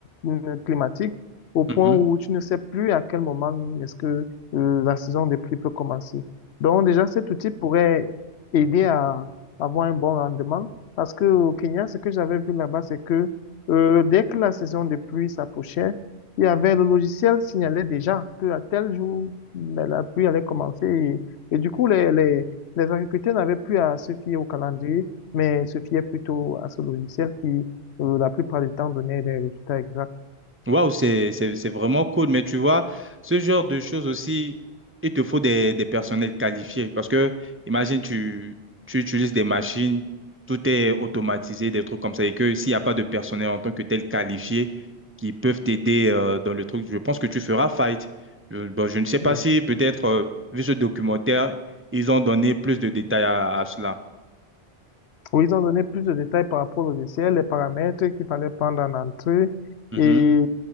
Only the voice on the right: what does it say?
Mhm.
Waouh, c'est, c'est, c'est vraiment cool. Mais tu vois, ce genre de choses aussi, il te faut des, des personnels qualifiés. Parce que, imagine, tu, tu utilises des machines, tout est automatisé, des trucs comme ça. Et que s'il n'y a pas de personnel en tant que tel qualifié qui peuvent t'aider euh, dans le truc, je pense que tu feras fight. Je, bon, je ne sais pas
si, peut-être, euh, vu ce documentaire, ils ont donné plus de détails à, à cela.
Mhm.